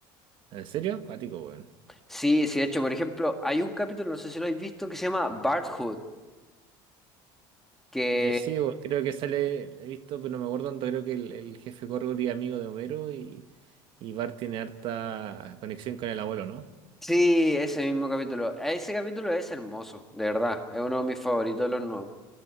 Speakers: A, on the right; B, in the centre.
A: ¿En serio? Cuático, weón.
B: Sí, sí, de hecho, por ejemplo, hay un capítulo, no sé si lo habéis visto, que se llama Barthood, que
A: Eh, sí, bueno, creo que sale, he visto, pero no me acuerdo tanto, creo que el, el jefe Gorgory es amigo de Homero y, y Bart tiene harta conexión con el abuelo, ¿no?
B: sí, ese mismo capítulo. Ese capítulo es hermoso, de verdad, es uno de mis favoritos de los nuevos.